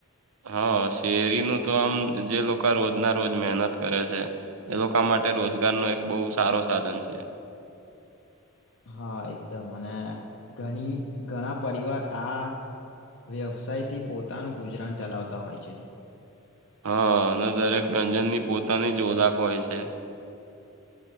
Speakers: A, on the right; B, on the left.
A: હા શેરીનું તો આમ જે લોકા રોજના રોજ મહેનત કરે છે. એ લોકા માટે રોજગારનો એક બહુ સારો સાધન છે.
B: હા એકદમ અને ઘણી ઘણા પરિવાર આ વ્યવસાય થી પોતાનું ગુજરાન ચલાવતા હોય છે.
A: હા અને દરેક વ્યંજનની પોતાની જ ઓલાખ હોય છે.